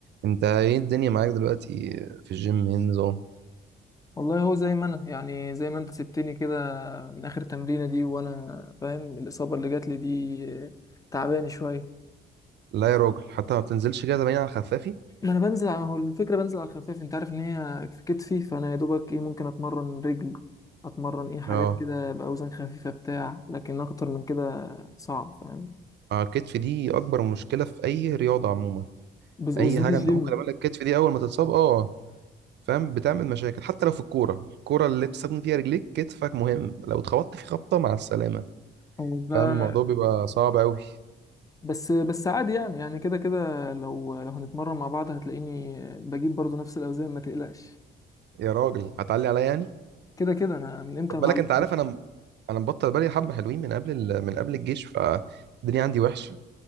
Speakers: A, on the right; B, on the left.
A: انت ايه الدنيا معاك دلوقتي في الجيم ايه النظام
B: والله هو زي ما انا يعني زي ما انت سبتني كده من اخر تمرينه دي وانا فاهم الاصابه اللي جات لي دي آه، تعباني شويه
A: لا يا راجل حتى ما بتنزلش كده باين على خفافي
B: ما انا بنزل على هو الفكره بنزل على الخفيف انت عارف ان هي في كتفي فانا يا دوبك ايه ممكن اتمرن رجل اتمرن ايه حاجات
A: اه
B: كده
A: مم.
B: باوزان خفيفه بتاع لكن اكتر من كده صعب فاهم
A: اه الكتف دي اكبر مشكله في اي رياضه عموما
B: بز- وبالذات
A: اي حاجه
B: الجيم
A: انت ممكن تعملها الكتف دي اول ما تتصاب اه فاهم بتعمل مشاكل حتى لو في الكوره الكوره اللي بتستخدم فيها رجليك كتفك مهم لو اتخبطت في خبطه مع السلامه
B: هو
A: فاهم
B: ده
A: الموضوع بيبقى صعب قوي
B: بس بس عادي يعني يعني كده كده لو لو هنتمرن مع بعض هتلاقيني بجيب برضو نفس الاوزان ما تقلقش
A: يا راجل هتعلي عليا يعني
B: كده كده انا من امتى
A: خد
B: بعلم
A: بالك انت عارف انا انا مبطل بالي حبه حلوين من قبل ال... من قبل الجيش فالدنيا عندي وحشه.